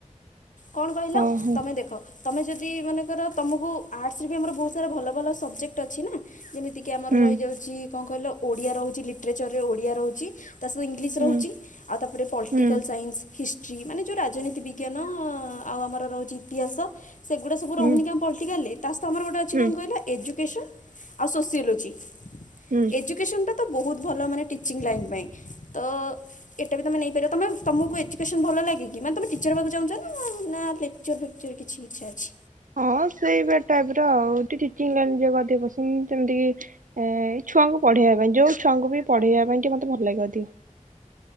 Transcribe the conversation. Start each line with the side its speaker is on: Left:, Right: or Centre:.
Left: କଣ କହିଲ
Right: ଓହୋ
Left: ତମେ ଦେଖ ତମେ ଯଦି ମାନେ ର ତମକୁ ଆର୍ଟସ ଆମର ବହୁତ ଭଲ ଭଲ ସବଜେକ୍ଟ ଅଛି ନା। ଯେମିତି କିି ଆମର
Right: ହୁଁ
Left: ରହିଯାଉଛି କଣ କହିଲ ଓଡିଆ ରହୁଛି ଲିଟ୍ରେଚର ରେ ଓଡିଆ ରହୁଛି। ତା ସହିତ ଇଂଲିଶ
Right: ହୁଁ।
Left: ରହୁଛି ଆଉ ତାପରେ ପଲିଟିକାଲ୍
Right: ହୁଁ
Left: ସାଇନ୍ସ ହିଷ୍ଟ୍ରି ମାନେ ଯୋଉ ରାଜନୀତି ବିଜ୍ଞାନ ଅ ଆଉ ଆମର ରହୁଛି ଇତିହାସ। ସେଗୁଡା ସବୁ
Right: ହୁଁ
Left: ରହୁନିକି ଆମ ପଲଟିକାଲରେ। ତା ସହିତ ଆମର ଏଠି
Right: ହୁଁ
Left: କଣ କହିଲ ଏଜୁ କେସନ ଆଉ ସୋସିଓଲୋଜି।
Right: ହୁଁ
Left: ଏଜୁକେସନ୍ ଟା ତ ତ ବହୁତ ଭଲ ମାନେ ଟିଚିଂ ଲାଇନ୍ ପାଇଁ ତ ଏଟା ବି ତୁମେ ନେଇପାରିବ ତମେ ତମକୁ ଏଜୁକେସନ୍ ଭଲ ଲାଗେ କି ମାନେ ତମେ ଟିଚର ହେବାକୁ ଚାହୁଁଛ ନା ନା ଲେକ୍ଚର ଫେକ୍ଚର କିଛି ଇଚ୍ଛା ଅଛି।
Right: ହଁ ସେଇ ଟାଇପ ର ଆଉ ଟିକେ ଟିଚିଂ ଲାଇନରେ ଯିବାକୁ ଅଧିକ ପସନ୍ଦ ଯେମିତି ଏ କିି ଏ ଛୁଆଙ୍କୁ ପଢେଇବା ପାଇଁ ଯୋଉ ଛୁଆଙ୍କୁ ବି ପଢେଇବା ପାଇଁ ଟିକେ ମତେ ଭଲ ଲାଗେ ଅଧିକ।